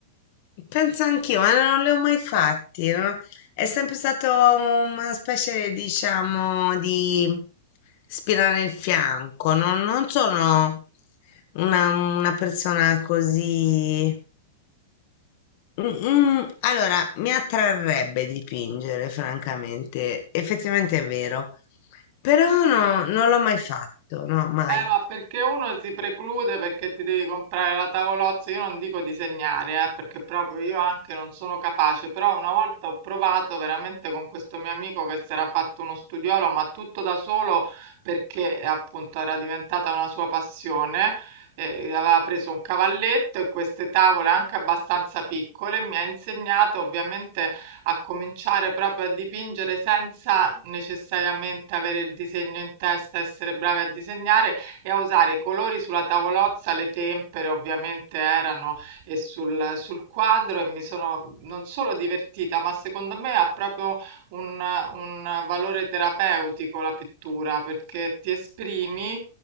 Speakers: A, on the left (about 40°); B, on the right (about 40°).
A: Penso anch'io, ma non li ho mai fatti. no? È sempre stato una specie, diciamo, di spina nel fianco. no? Non sono una, una persona così. Mm, mm, Allora, mi attrarrebbe dipingere, francamente. Effettivamente è vero, però no, non l'ho mai fatto, no, mai.
B: Eh, ma perché uno si preclude perché ti devi comprare la tavolozza? Io non dico disegnare, eh, perché proprio io anche non sono capace, però una volta ho provato veramente con questo mio amico che si era fatto uno studiolo, ma tutto da solo perché eh, appunto era diventata una sua passione. eh, aveva preso un cavalletto e queste tavole anche abbastanza piccole, mi ha insegnato ovviamente a cominciare proprio a dipingere senza necessariamente avere il disegno in testa, essere bravi a disegnare e a usare i colori sulla tavolozza, le tempere ovviamente erano e sul, sul quadro e mi sono non solo divertita, ma secondo me ha proprio un, un valore terapeutico la pittura perché ti esprimi